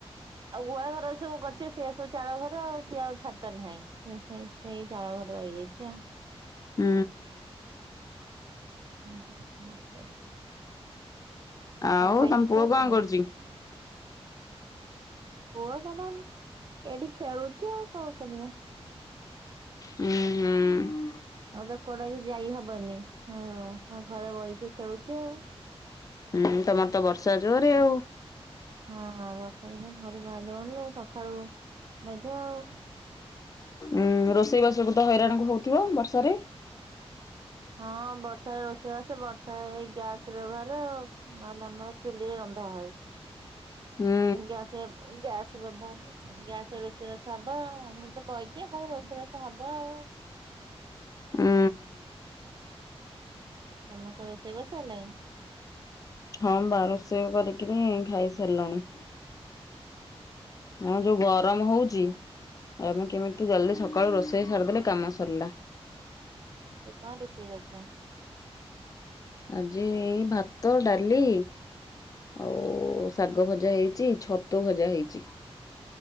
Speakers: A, on the right; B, on the left.
A: ଆଉ ଗୁହାଳ ଘର ସବୁ ଗଛ ସେୟା ସବୁ ଚାଳ ଘର ଆଉ ସିଏ ଆଉ ଛାତ ନୁହେଁ। ସେ ସେଇ ସେଇ ଚାଳ ଘର ରହିଯାଇଛି ଆଉ।
B: ହୁଁ।
A: ହୁଁ ହୁଁ ହ।
B: ହଁ ଆଉ
A: କଣ ଖାଇପିଇ
B: ତମ ପୁଅ
A: ସାଇଲଣି?
B: କଣ କରୁଛି?
A: ପୁଅ ତାର ଏଠି ଖେଳୁଛି ଆଉ କଣ କରିବା।
B: ହୁଁ ହୁଁ।
A: ଆଉ ତ କୋଉଡା ଯାଇ ହବନି ହୁଁ ଘରେ ବହିଛି ଖେଳୁଛି ଆଉ।
B: ହୁଁ ତମର ତ ବର୍ଷା ଜୋରରେ ଆଉ।
A: ହଁ ବର୍ଷା ଦିନ ଘରୁ ବାହାରି ହଉନି ସକାଳୁ ମେଘ ଆଉ।
B: ଉଁ ରୋଷେଇବାସ କୁତ ହଇରାଣ କୁ ହଉଥିବ ବର୍ଷାରେ?
A: ହଁ ବର୍ଷାାରେ ରୋଷେଇବାସ ବର୍ଷାରେ ଗ୍ୟାସ ବ୍ୟବହାର ଆଉ। ନହେଲେ ଆମର ଚୁଲିରେ ରନ୍ଧା ହୁଏ
B: ହୁଁ
A: ଗ୍ୟାସ ଗ୍ୟାସ ବ୍ୟବହାର ଗ୍ୟାସରେ ରୋଷେଇବାସ ହବ ଆଉ ଅନ୍ଧାରେ ତ ବଇଚୁ କଣ ରୋଷେଇବାସ ହବ ଆଉ।
B: ଉଁ
A: ତମେ କଣ ରୋଷେଇ କରି ସାରିଲଣି?
B: ହଁ ବା ରୋଷେଇ କରିକିରି ଖାଇସାରିଲାଣି। ହଁ ଯୋଉ ଗରମ ହଉଛିି ଆଉ ଆମେ କେମିତି ଜଲଦି ସକାଳୁ ରୋଷେଇ ସାରିଦେଲେ କାମ ସରିଲା।
A: ସେ କଣ ରୁଷେଇ କରିଛ?
B: ଆଜି ଏଇ ଭାତ, ଡାଲି ଆଉ ଶାଗ ଭଜା ହେଇଛି ଛତୁ ଭଜା ହେଇଛି।